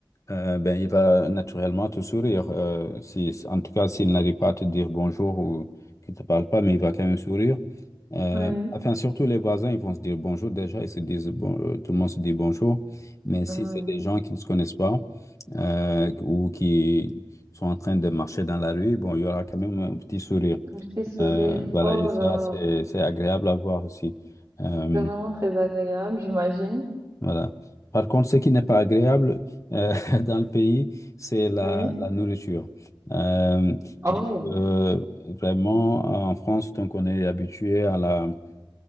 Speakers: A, on the left; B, on the right.
A: Euh, ben, il va naturellement te sourire. euh, si, en tout cas, s'il n'arrive pas à te dire bonjour ou qu'il ne te parle pas, mais il va quand même sourire. Euh,
B: oui,
A: enfin, surtout les voisins, ils vont se dire bonjour déjà. Ils se disent bon, euh, tout le monde se dit bonjour. Mais si
B: oui.
A: c'est des gens qui ne se connaissent pas euh, ou qui sont en train de marcher dans la rue, bon, il y aura quand même un petit sourire.
B: Un petit sourire.
A: Euh, voilà,
B: Oh
A: et ça,
B: là,
A: c'est, c'est agréable à voir aussi. Euh,
B: c'est vraiment très agréable, j'imagine.
A: voilà. Par contre, ce qui n'est pas agréable euh, <laughs> dans le pays, c'est la,
B: Oui.
A: la nourriture. Euh,
B: Oh,
A: donc, euh, vraiment, en France, donc on est habitué à la, à